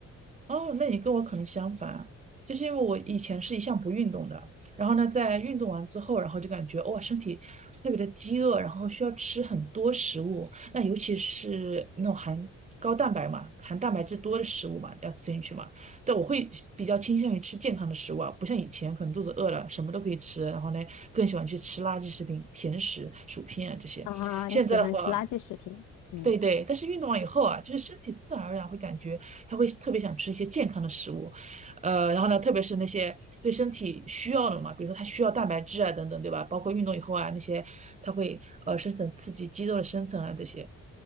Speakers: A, on the right; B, on the left.
A: 哦，那你跟我可能相反，就是因为我以前是一向不运动的，然后呢，在运动完之后，然后就感觉哇，身体特别的饥饿，然后需要吃很多食物，那尤其是那种含高蛋白嘛、含蛋白质多的食物嘛，要吃进去嘛。但我会比较倾向于吃健康的食物啊，不像以前可能肚子饿了什么都可以吃，然后呢，更喜欢去吃垃圾食品、甜食、薯片啊这些。
B: 啊！
A: 现在的话，
B: 你喜欢吃垃圾食品，嗯。
A: 对对，但是运动完以后啊，就是身体自然而然会感觉他会特别想吃一些健康的食物，呃，然后呢，特别是那些对身体需要的嘛，比如说他需要蛋白质啊等等，对吧？包括运动以后啊，那些他会呃生成刺激肌肉的生成啊这些，